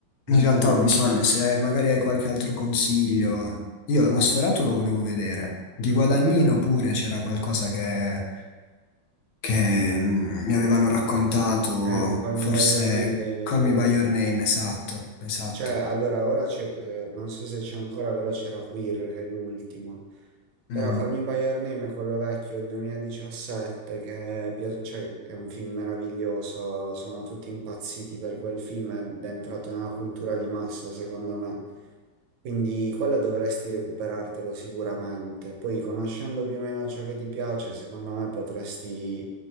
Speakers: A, on the right; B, on the left.
A: mm,
B: realtà
A: dimmi.
B: ho bisogno, se hai- magari hai qualche altro consiglio. Io lo Sferato lo volevo vedere. Di
A: Mm.
B: Guadagnino pure c'era qualcosa che, che mm, mi avevano raccontato,
A: Eh, Call
B: forse
A: Me By Your Name devi vedere.
B: Call Me By Your Name, esatto, esatto.
A: Cioè, allora, ora c'è, eh, non so se c'è ancora, però c'era Queer che è l'ultimo. Però
B: Mhm.
A: Call Me By Your Name è quello vecchio del 2017, che è, pia- cioè, è un film meraviglioso, sono tutti impazziti per quel film ed è entrato nella cultura di massa, secondo me. Quindi quello dovresti recuperartelo sicuramente. Poi, conoscendo più o meno ciò che ti piace, secondo me potresti